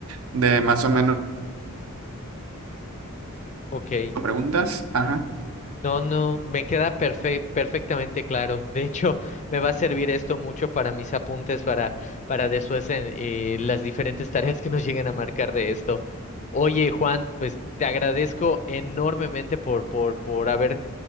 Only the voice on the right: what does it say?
de más o menos
preguntas, ajá.